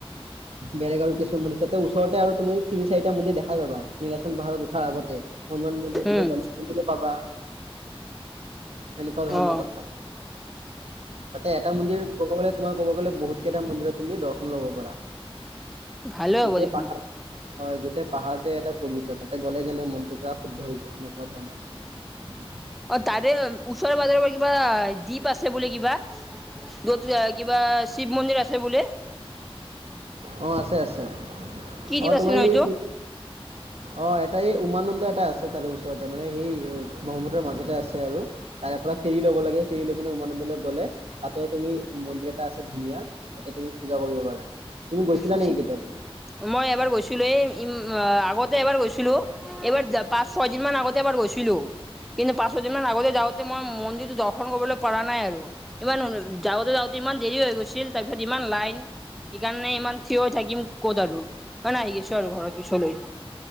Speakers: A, on the right; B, in the centre.
A: বেলেগ আৰু কিছুমান <unintelligible> ওচৰতে আৰু তুমি তিনি, চাৰিটা মন্দিৰ দেখাই পাবা নিলাচল পাহাৰত উঠি। হয় আগতে হনুমান মন্দিৰ <unintelligible>
B: উম
A: গণেশ মন্দিৰো পাবা। সেনেকুৱা ধৰণৰ
B: অ
A: কথা। তাতে এটা মন্দিৰ কব গ'লে, তোমাৰ ক'ব গ'লে বহুত কেইটা মন্দিৰত তুমি দৰ্শন ল'ব পাৰা।
B: ভালে হ'ব
A: গোটেই
B: দেখোন
A: পাহাৰ হয়, গোটেই পাহাৰটোৱে এটা পবিত্ৰ। তাতে গ'লে যেনে মনটো পুৰা শুদ্ধ হৈ যাই সেনেকুৱা ধৰণৰ <inaudible>
B: অহ, তাৰে ওচৰে -পাজৰে বা কিবা দ্বীপ তা আছে বোলে কিবা য'ত কিবা শিৱ মন্দিৰ আছে বোলে
A: অহ, আছে -আছে
B: কি দ্বীপ
A: অহ
B: আছিল
A: তোমাৰ
B: ন
A: এই
B: এইটো
A: অহ, এটাই এই উমানন্দ আছে তাৰে ওচৰতে মানে সেই ব্ৰহ্মপুত্ৰ মাজতে আছে আৰু তাৰে পৰা ফেৰী ল'ব লাগে ফেৰী লৈ উমানন্দলৈ গ'লে তাতেও তুমি মন্দিৰ এটা আছে ধুনীয়া তাতে তুমি পূজা কৰিব পাৰা, তুমি গৈছিলা
B: আচ্ছা
A: নেকি কেতিয়াবা
B: মই এবাৰ গৈছিলোঁ এই আগতে এবাৰ গৈছিলোঁ এবাৰ পাঁচ- ছয় দিন মান আগতে এবাৰ গৈছিলোঁ। কিন্তু, পাঁচ- ছয় দিন মান আগতে যাওঁতে মই মন্দিৰটো দৰ্শন কৰিবলৈ পাৰা নাই আৰু ইমান মানুহ যাওঁতে -যাওঁতে ইমান দেৰি হৈ গৈছিল তাৰপিছত ইমান লাইন সেইকাৰণে ইমান থিয় হৈ থাকিম ক'ত আৰু সেইকাৰণে আহি গৈছোঁ আৰু ঘৰত পিছলৈ।